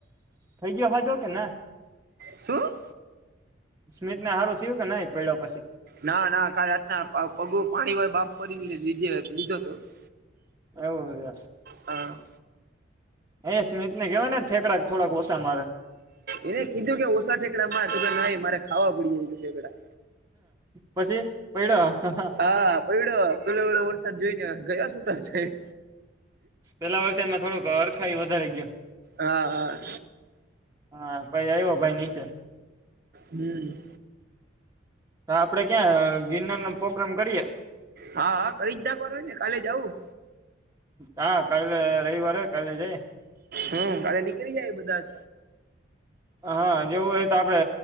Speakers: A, on the right (about 15°); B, on the right (about 50°).
A: થઇ ગયો હજો કે ના?
B: શું?
A: સ્મિત ને હારું થયું કે નહી પડ્યા પછી?
B: ના ના કાલે રાતના પગ પાણી વાય બાપ કરીનેે લીધો હતો. <unintelligible>
A: એવું છે.
B: હા.
A: એ સ્મિત ને કેહેવા ને થેકડા થોડાક ઓછા મારે.
B: એને કીધું કે ઓછા ઠેકડા માર તો કે ન મારે ખાવા પડી જાય છે ઠેકડા.
A: પછી પડ્યો
B: હા. <inaudible> પેલો વેલો વરસાદ જોઈ ને ગયા છૂટા સા <unintelligible>
A: પેલા વર્ષમાં થોડોક હરખાાઈ વધારે ગયો.
B: હા હા
A: હા ભાઈ આવ્યો ભાઈ નીચે
B: હ.
A: આપડે ક્યાં ગિરનાર નો પ્રોગ્રામ કરીએ?
B: હા હા કરી જ નાખવાનુંને કાલે જવું
A: હા કાલે રવિવારે કાલે જાય.
B: હમ કાલે નીકળી જાય બધા.
A: હા જેવું હોય તો આપડે